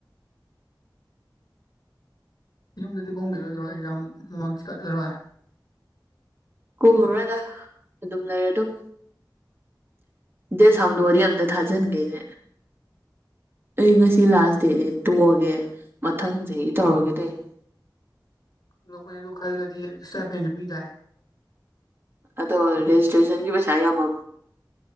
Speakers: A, on the left; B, on the right.
A: ꯌꯨꯝꯗꯗꯤ ꯀꯣꯡꯝꯈꯤꯔꯣꯏꯗ꯭ꯔꯣ ꯑꯦꯛꯖꯥ ꯃꯃꯥꯡꯁꯨ ꯀꯠꯂꯔꯣꯏ
B: ꯀꯨꯝꯕꯔꯗ ꯑꯗꯨꯝ ꯂꯩꯔꯦ ꯑꯗꯨꯝ ꯗꯦ ꯁꯥꯡꯗꯣꯑꯗꯤ ꯑꯝꯇ ꯊꯥꯖꯤꯟꯒꯦꯅꯦ ꯑꯩ ꯉꯁꯤ ꯂꯥꯁ ꯗꯦꯠꯅꯦ ꯇꯣꯛꯑꯒꯦ ꯃꯊꯪ ꯆꯍꯤ ꯇꯧꯔꯒꯦ ꯇꯩꯅꯦ
A: ꯂꯣꯏꯅꯦ ꯑꯗꯨ ꯈꯜꯂꯗꯤ ꯁꯇꯥꯄꯦꯟꯁꯨ ꯄꯤ ꯇꯥꯏ
B: ꯑꯗꯣ ꯔꯦꯖꯤꯁꯇ꯭ꯔꯦꯁꯟꯒꯤ ꯄꯩꯁꯥ ꯌꯥꯝꯃ